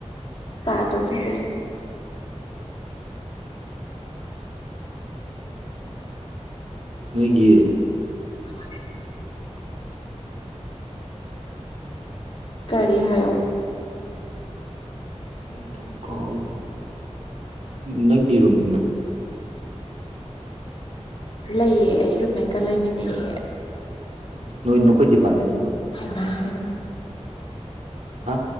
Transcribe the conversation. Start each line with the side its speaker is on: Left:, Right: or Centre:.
Left: ꯇꯥꯗꯣꯛꯄꯁꯦ
Right: ꯎꯝ ꯎꯝ ꯅꯣꯏꯒꯤ
Left: <unintelligible> ꯀꯔꯤ ꯍꯥꯏꯣ
Right: ꯅꯗ ꯀꯥꯎꯥꯎ ꯅꯪꯗꯤ ꯔꯨꯝ
Left: ꯂꯩꯑ ꯑꯩ ꯔꯨꯝꯃꯦꯀ ꯂꯩꯃꯤꯟꯅꯩꯌꯦ
Right: ꯅꯣꯏ ꯅꯈꯣꯏ ꯗꯤꯄꯥꯔꯠꯃꯦꯟ ꯑꯣꯏꯕ꯭ꯔꯕ
Left: ꯍꯩꯃꯥ ꯍꯩꯃꯥ
Right: ꯍꯥ